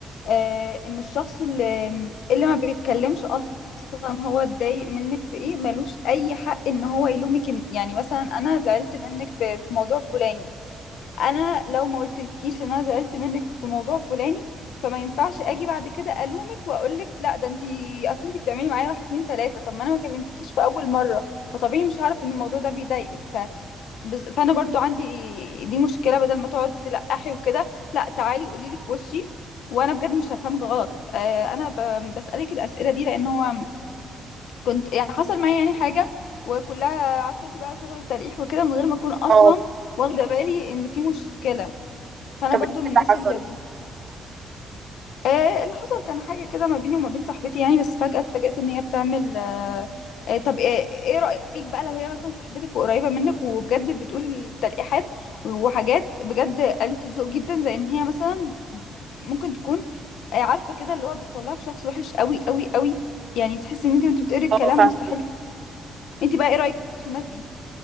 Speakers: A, on the left; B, on the right.
A: آه ان الشخص اللي اللي ما بيتكلمش اصلا هو اتضايق منك في ايه ملوش اي حق ان هو يلومك إن- يعني مثلا انا زعلت منك في في موضوع فلاني انا لو ما قلتلكيش ان انا زعلت منك في موضوع فلاني فما ينفعش اجي بعد كده الومك واقول لك لا ده انتي اصل انتي بتعملي معايا واحد اتنين تلاته طب ما انا ما كلمتكيش في اول مره فطبيعي مش هعرف ان الموضوع ده بيضايقك بز- فانا برضو عندي دي مشكله بدل ما تقعد تلقحي وكده لا تعالي قولي لي في وشي وانا بجد مش هفهمك غلط آه، انا ب- بسالك الاسئله دي لان هو كنت يعني حصل معايا يعني حاجه وكلها عارفه انت بقى شغل التلقيح وكده من غير ما اكون اصلا
B: اه
A: واخده بالي ان في مشكله فانا
B: طب
A: برضو
B: إيه
A: من
B: اللي
A: الناس
B: حصل
A: اللي آه اللي حصل كان حاجة كده ما بيني وما بين صاحبتي يعني بس فجأة اتفاجأت ان هي بتعمل آه آه طب آه ايه رأيك بقى لو هي مثلا صاحبتك وقريبة منك وبجد بتقول التلقيحات وحاجات بجد قلة الذوق جدا زي ان هي مثلا ممكن تكون آه عارفة كده اللي هو بتطلعك شخص وحش قوي قوي قوي يعني تحس ان انت وانت بتقري الكلام
B: اه فاهمه
A: مستحيل انت بقى ايه رأيك في الناس دي